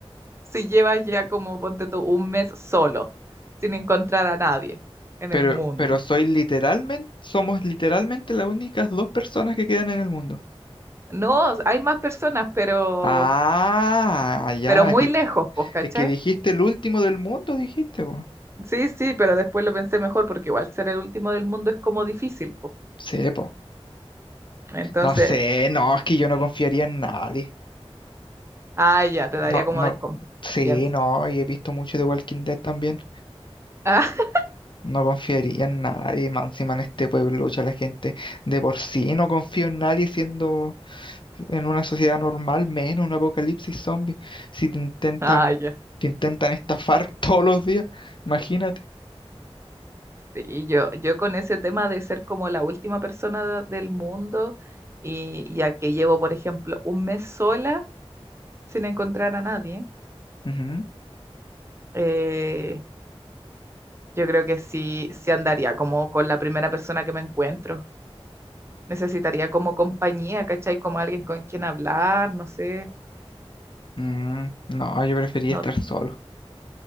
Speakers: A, on the right (about 25°); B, on the left (about 50°).
A: si llevas ya como, ponte tú, un mes solo, sin encontrar a nadie en
B: Pero,
A: el mundo.
B: pero soy literalmente, somos literalmente las únicas dos personas que quedan en el mundo.
A: No, hay más personas, pero,
B: Ah, ya,
A: pero muy
B: es que,
A: lejos, pues, ¿cachai?
B: es que dijiste el último del mundo, dijiste, po.
A: Sí, sí, pero después lo pensé mejor porque igual ser el último del mundo es como difícil, pues.
B: Sí, po.
A: Entonces,
B: No sé, no, es que yo no confiaría en nadie.
A: ah, ya, te daría
B: No,
A: como
B: no,
A: desconfianza.
B: sí, no, y he visto mucho de Walking Dead también.
A: Ah, <laughs>
B: No confiaría en nadie, más encima en este pueblo, ya la gente de por sí no confío en nadie siendo En una sociedad normal, menos un apocalipsis zombie. Si te intentan,
A: ah, ya.
B: te intentan estafar <laughs> todos los días, imagínate.
A: Sí, yo, yo con ese tema de ser como la última persona de- del mundo y ya que llevo, por ejemplo, un mes sola sin encontrar a nadie.
B: Ujú.
A: eh, Yo creo que sí, sí andaría como con la primera persona que me encuentro. Necesitaría como compañía, ¿cachai? Como alguien con quien hablar, no sé,
B: Mm, no, yo prefería
A: no
B: estar solo.